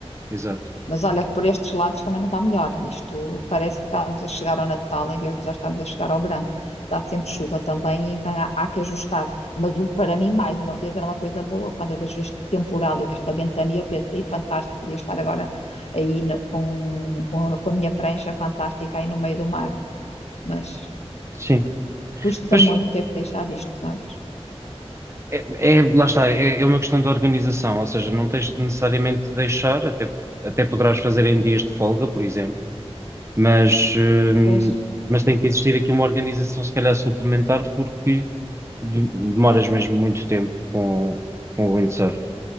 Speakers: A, on the right; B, on the left.
A: Exato.
B: Mas olha que por estes lados também não está melhor. Isto parece que estamos a chegar ao Natal em vez de já estamos a chegar ao verão. Está sempre chuva também, então há, há que ajustar. Mas o- para mim, mais uma vez, era uma coisa boa. Quando eu vejo este temporal, esta ventania, eu pensei, fantástico, podia estar agora aí no- com, com a minha prancha fantástica aí no meio do mar. Mas
A: Sim,
B: custa
A: pois
B: muito ter que deixar isto, sabes?
A: é, é- lá está, é, é uma questão de organização, ou seja, não tens de necessariamente de deixar, até, até poderás fazer em dias de folga, por exemplo, mas, hum,
B: Mas,
A: mas tem que existir aqui uma organização, se calhar suplementar, porque de- demoras mesmo muito tempo com, com o windsurf.